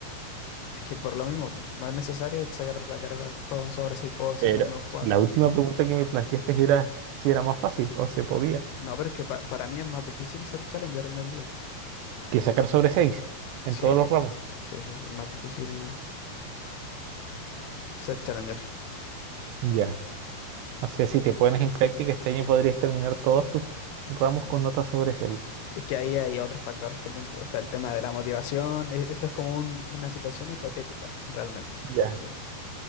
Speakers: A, on the left; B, on the right.
A: Es que por lo mismo, no es necesario sacar la carrera todo en sobre 6, puedo sacarme
B: Pero
A: un 4.
B: la última pregunta que me planteaste era si era más fácil o se podía
A: No, pero es que pa- para mí es más difícil ser Challenger en el LoL.
B: que sacar sobre 6 en
A: Sí,
B: todos los ramos.
A: sí, sí, sí, es más difícil ser Challenger.
B: Ya. O sea, si te pones en práctica, este año podrías terminar todos tus ramos con nota sobre seis.
A: Es que ahí hay otros factores también, pues, está el tema de la motivación. e- Esto es como un- una situación hipotética, realmente.
B: Ya,
A: Porque,